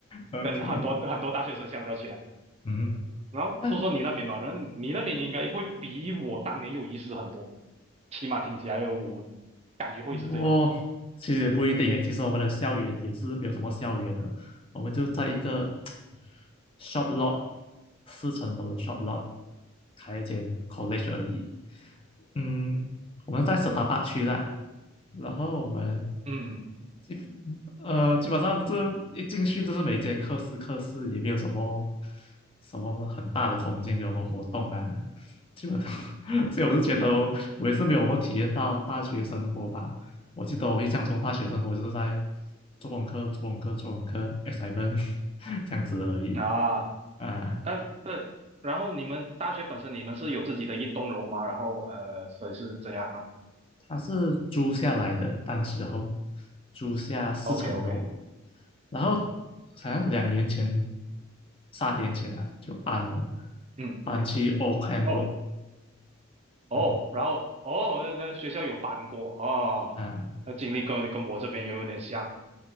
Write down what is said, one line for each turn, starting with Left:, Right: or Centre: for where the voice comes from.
Left: OK，
Right: 跟很多很多大学生相较起来。
Left: 嗯，
Right: 然后说说你那边吧，
Left: 那
Right: 然后你那边应该会比我当年有意思很多，起码听起来我感觉会是这样。
Left: 我其实也不一定诶。其实我们的校园也是没有什么校园的，我们就在一个 shop lot 四层楼的 shop lot 开一间 college 而已。嗯，我们在 Setapak 区啦，然后我们 <laughs>
Right: 嗯
Left: 基呃，基本上这一进去就是每间课室课室也没有什么什么很大的空间给我们活动啊，基本上，<laughs> 所以我是觉得我也是没有我体验到大学生活吧。我记得我印象中大学生活就是在做功课、做功课、做功课、assignment <laughs> 这样子而已
Right: 啊，
Left: 啊。
Right: 但但然后你们大学本身你们是有自己的一栋楼吗？然后呃，所以是这样。
Left: 他是租下来的，当时候租下四层楼，
Right: OK OK，
Left: 然后好像两年前、三年前啊就搬了，
Right: 嗯
Left: 搬去 Auckland
Right: 哦
Left: Road，
Right: 哦，
Left: 嗯
Right: 然后哦，那那学校有搬过哦，
Left: 啊
Right: 那经历跟跟我这边也有点像。